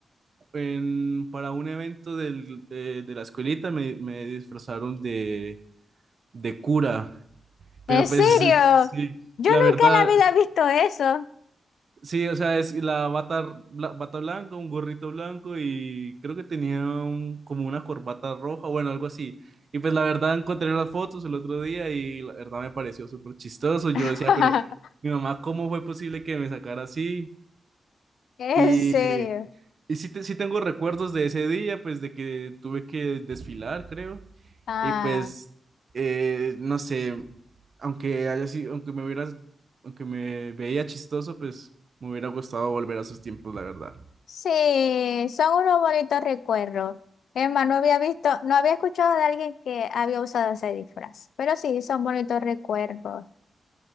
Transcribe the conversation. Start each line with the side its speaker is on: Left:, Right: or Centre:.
Right: en- para un evento del- de, de la escuelita me, me disfrazaron de, de cura, pero
Left: ¿En
Right: pues
Left: serio?
Right: <laughs> sí,
Left: Yo
Right: la
Left: nunca
Right: verdad,
Left: en la vida he visto eso.
Right: sí, o sea, es la bata, bla- bata blanca, un gorrito blanco y creo que tenía un- como una corbata roja, bueno, algo así. Y pues la verdad encontré las fotos el otro día y la verdad me pareció súper chistoso. Yo
Left: <laughs>
Right: decía, pero mi mamá, ¿cómo fue posible que me sacara así?
Left: ¿En
Right: y
Left: serio?
Right: Y sí, te- sí tengo recuerdos de ese día, pues de que tuve que desfilar, creo.
Left: Ah,
Right: Y pues, eh, no sé, aunque haya sido, aunque me hubiera, aunque me veía chistoso, pues me hubiera gustado volver a esos tiempos, la verdad.
Left: sí, son unos bonitos recuerdos. Emma, no había visto, no había escuchado de alguien que había usado ese disfraz, pero sí, son bonitos recuerdos